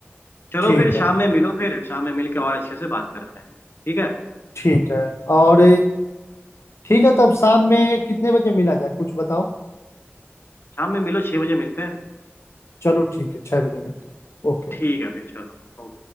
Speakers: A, on the left (about 55°); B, on the left (about 80°).
A: चलो
B: ठीक
A: फिर
B: है
A: शाम में मिलो फिर शाम में मिल के और अच्छे से बात करते हैं ठीक है
B: ठीक है और ठीक है तब शाम में कितने बजे मिला जाए कुछ बताओ
A: शाम में मिलो छह बजे मिलते हैं
B: चलो ठीक है छह बजे मिलते हैं ओके
A: ठीक है फिर चलो